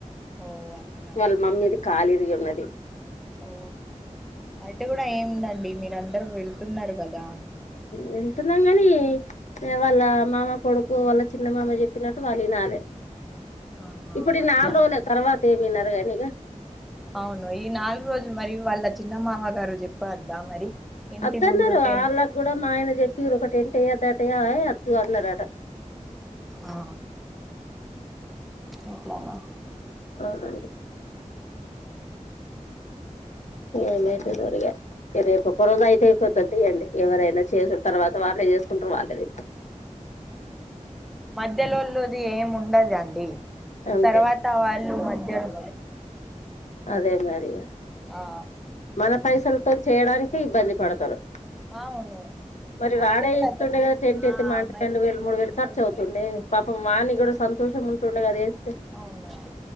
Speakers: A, in the centre; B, on the left (about 65°).
A: ఓ అట్లానా
B: వాళ్ళ మమ్మీది కాలిరిగి ఉన్నది
A: ఓ అయితే గూడ ఏముందండి మీరు అందరూ వెళ్తున్నారు గదా
B: వెళ్తున్నాం గనీ ఇగ వాళ్ళ మామ కొడుకు వాళ్ళ చిన్న మామ చెప్పినట్టు వాళ్ళు ఇనాలే
A: ఆహా
B: ఇప్పుడీ ఈ
A: అట్లా
B: నాల్ రోలే తర్వాత ఏమీనరు గనీ ఇగ
A: అవును ఈ నాలుగు రోజులు మరి వాళ్ళ చిన్నమామ గారు చెప్పద్దా మరి ఇంటి
B: అద్దన్నరు
A: ముందు టెన్
B: ఆళ్ళకు గూడ మా ఆయన చెప్పిరు ఒక టెంట్ ఏయొద్దటేయవే అద్దు అన్నరట
A: ఆహా అట్లనా
B: అవునండి ఏమైతదో ఇగ ఇగ రేపు ఒకరోజు అయితే అయిపోతతి తియండి ఎవరైనా చేసు తర్వాత వాళ్ళే చేసుకుంటరు వాళ్ళే తింటరు
A: మధ్యలోల్లది ఏమి ఉండదండి
B: అంతే
A: తర్వాత వాళ్ళు మధ్యలో
B: అదే మరి ఇగ
A: ఆ
B: మన పైసలతోని చేయ్యడానికి ఇబ్బంది పడతరు
A: అవును
B: మరి వాడే
A: అయితే కూడా
B: ఎస్తుండేగ
A: చెప్ప
B: టెంట్
A: ఆ
B: అయితే మాంటె
A: మరి
B: రెండు వేలు
A: తెచ్చి
B: మూడు వేలు ఖర్చు
A: పెడితే
B: అవుతుండే పాపం వాన్ని కూడా సంతోషం ఉంటుండే అది ఎస్తే
A: అవునండి